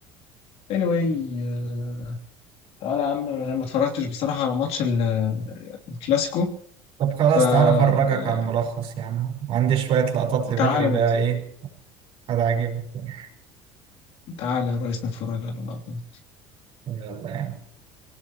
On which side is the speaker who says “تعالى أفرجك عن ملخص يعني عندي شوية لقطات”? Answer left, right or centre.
Right